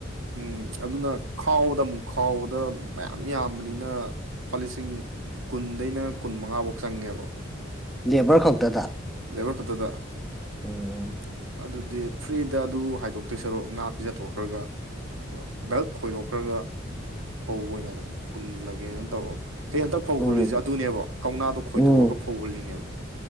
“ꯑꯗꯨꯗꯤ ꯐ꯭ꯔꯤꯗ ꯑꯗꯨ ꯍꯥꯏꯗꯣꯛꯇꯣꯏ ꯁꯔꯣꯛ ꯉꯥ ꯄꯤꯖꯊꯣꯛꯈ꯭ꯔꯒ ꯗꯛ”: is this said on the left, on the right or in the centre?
Right